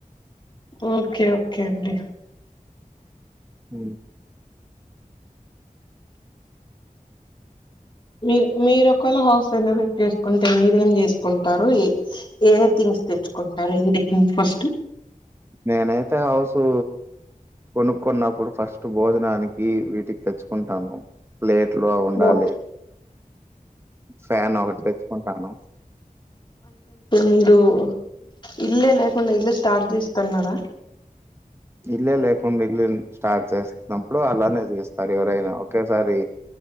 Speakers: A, on the left; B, on the right.
A: ఓకే ఓకే అండి
B: ఊ
A: మీరు మీరు ఒకేళ హౌస్ రేనోవేట్ చేసుకుంటే మీరేం చేసుకుంటారు ఏ ఏ ఏ థింగ్ థింగ్స్ తెచ్చుకుంటారు ఇంటికి మీరు ఫస్టు
B: నేనయితే హౌసూ కొనుక్న్నప్పుడు ఫస్ట్ భోజనానికి వీటికి తెచ్చుకుంటాను ప్లేన్ ఇంట్లో ఉండాలి
A: బో
B: ఫ్యాన్ ఒకటి తెచ్చుకుంటాను
A: <inaudible> ఇల్లే లేకుండా ఇల్లు స్టార్ట్ చేస్తాం కదా
B: ఇల్లే లేకుండా ఇల్లు స్టార్ట్ చేస్తున్నప్పుడు అలానే చేస్తారు ఎవరైనా ఒకేసారి